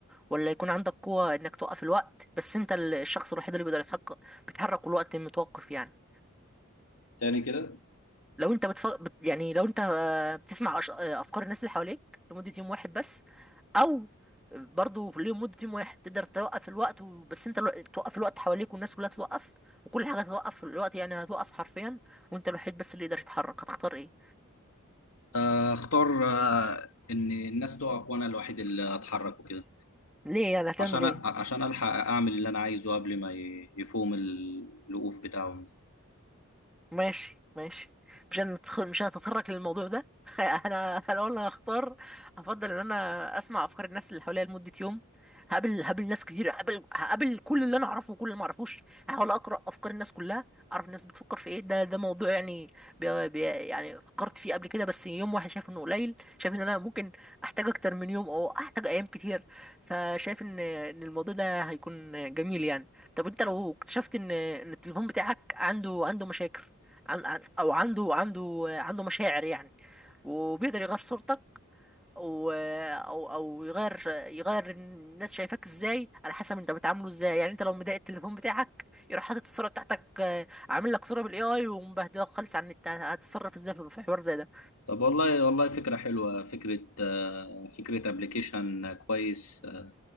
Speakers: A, in the centre; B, on the left.
A: ولا يكون عندك قوة انك توقف الوقت بس انت ال- الشخص الوحيد اللي بيقدر يتحقق بيتحرك والوقت متوقف يعني
B: تاني كده
A: لو انت بتف... بت... يعني لو انت آه، بتسمع أش- آه، افكار الناس اللي حواليك لمدة يوم واحد بس او برضه في اليوم مدة يوم واحد تقدر توقف الوقت و... بس انت الو- توقف الوقت حواليك والناس كلها توقف وكل حاجة هتوقف في الوقت يعني هتوقف حرفيا وانت الوحيد بس اللي يقدر يتحرك هتختار ايه
B: آه، اختار آه، ان الناس تقف وانا الوحيد اللي اتحرك وكده
A: ليه يعني هتعمل
B: عشان
A: ايه
B: أ- عشان الحق اعمل اللي انا عايزه قبل ما ي- يفوهم ال- الوقوف بتاعهم ده.
A: ماشي ماشي مش هندخل مش هنتطرق للموضوع ده <laughs> انا لو انا هختار افضل ان انا اسمع افكار الناس اللي حواليا لمده يوم هقابل هقابل ناس كتير هقابل هقابل كل اللي انا اعرفه وكل اللي ما اعرفوش هحاول اقرا افكار الناس كلها اعرف الناس بتفكر في ايه ده ده موضوع يعني بي بي يعني فكرت فيه قبل كده بس يوم واحد شايف انه قليل شايف ان انا ممكن احتاج اكتر من يوم او احتاج ايام كتير فشايف ان ان الموضوع ده هيكون جميل يعني طب انت لو اكتشفت ان ان التليفون بتاعك عنده عنده مشاكل عن عن او عنده عنده عنده مشاعر يعني وبيقدر يغير صورتك و او او يغير يغير الناس شايفاك ازاي على حسب انت بتعامله ازاي يعني انت لو مضايق التليفون بتاعك يروح حاطط الصوره بتاعتك آه، عامل لك صوره بالاي اي ومبهدلك خالص عن النت هتتصرف ازاي في في حوار زي ده
B: طب والله والله فكرة حلوة فكرة آه، فكرة ابلكيشن كويس آه،